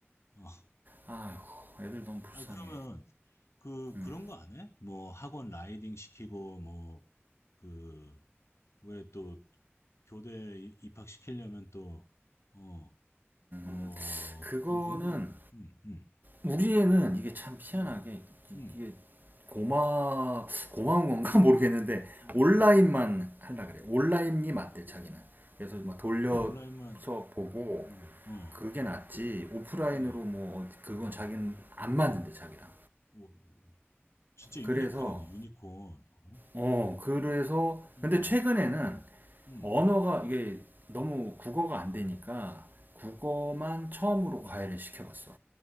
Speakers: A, on the left (about 85°); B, on the right (about 45°).
A: 어.
B: 아휴 애들 너무 불쌍해.
A: 아 그러면 그
B: 응.
A: 그런 거 안 해? 뭐 학원 라이딩 시키고 뭐 그 왜 또 교대 이- 입학시키려면 또 어 뭐
B: 음, 그거는
A: 그런 공부도 음, 음,
B: 우리 애는 이게 참 희한하게
A: 음.
B: 이-
A: 응,
B: 게 고마 고마운 건가 <laughs> 모르겠는데
A: 응,
B: 온라인만
A: 응,
B: 하려 그래. 온라인이 맞대 자기는. 그래서 막
A: 응.
B: 돌려서
A: 온라인만,
B: 보고
A: 음, 어,
B: 그게 낫지 오프라인으로
A: 어,
B: 뭐 그건
A: 어,
B: 자기는 안 맞는데 자기랑.
A: 오, 진짜 유니콘이네,
B: 그래서
A: 유니콘. 어?
B: 어 그래서
A: 응,
B: 근데
A: 응,
B: 최근에는
A: 응,
B: 언어가 이게 너무 국어가 안 되니까 국어만 처음으로
A: 응.
B: 과외를 시켜봤어.